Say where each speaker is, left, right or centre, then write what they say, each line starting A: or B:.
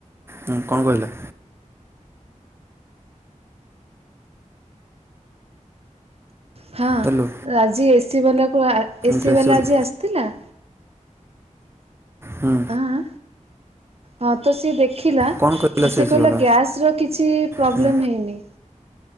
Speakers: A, on the right; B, on the right.
A: ହୁଁ କଣ କହିଲା?
B: ହାଁ
A: ହ୍ୟାଲୋ
B: ଆଜି ଏସି ବାଲାକୁ ଏସିି
A: କିଏ ଆସିଗଲା
B: ବାଲା ଆଜି ଆସିଥିଲା।
A: ହୁଁ।
B: ଆଁ ହଁ ତ ସିଏ ଦେଖିଲା
A: କଣ
B: ସିଏ
A: ସେ ଆସିଗଲା
B: କହିଲା ଗ୍ୟାସ ର କିଛି ପ୍ରୋବ୍ଲେମ୍
A: ହୁଁ
B: ହେଇନି।